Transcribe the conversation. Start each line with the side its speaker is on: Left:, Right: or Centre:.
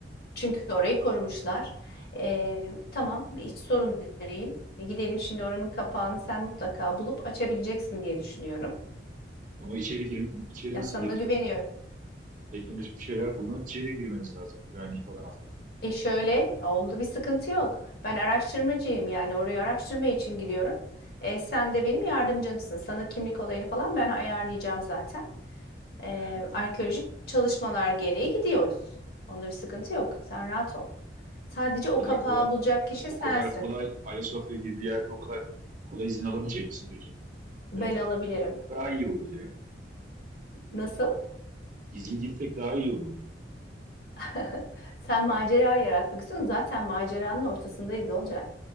Left: Çünkü orayı korumuşlar. Ee, tamam, hiç sorun değil. E, Gidelim şimdi oranın kapağını sen mutlaka bulup açabileceksin diye düşünüyorum.
Right: Ama içeri girim, içeri
Left: Ya
Right: nasıl
Left: sana
Right: gireceğiz?
Left: güveniyorum.
Right: Teknolojik bir şeyler kullanıp içeri girmeniz lazım. Güvenliği falan atlatıp.
Left: E şöyle, onda bir sıkıntı yok. Ben araştırmacıyım yani orayı araştırma için gidiyorum. E, sen de benim yardımcımsın. Sana kimlik olayını falan ben ayarlayacağım zaten. E,
Right: He, anladım.
Left: arkeolojik çalışmalar gereği gidiyoruz. Onda bir sıkıntı yok. Sen rahat ol. Sadece
Right: O
Left: o
Right: kadar
Left: kapağı
Right: kolay
Left: bulacak kişi sensin.
Right: o kadar kolay Ayasofya gibi bir yerde o kadar kolay izin alabilecek misin peki?
Left: Ben
Right: Bence
Left: alabilirim.
Right: gizli girsek daha iyi olur ya.
Left: Nasıl?
Right: Gizli girsek daha iyi olurdu.
Left: <laughs> Sen macera yaratmak istiyorsun. Zaten maceranın ortasındayız olacak.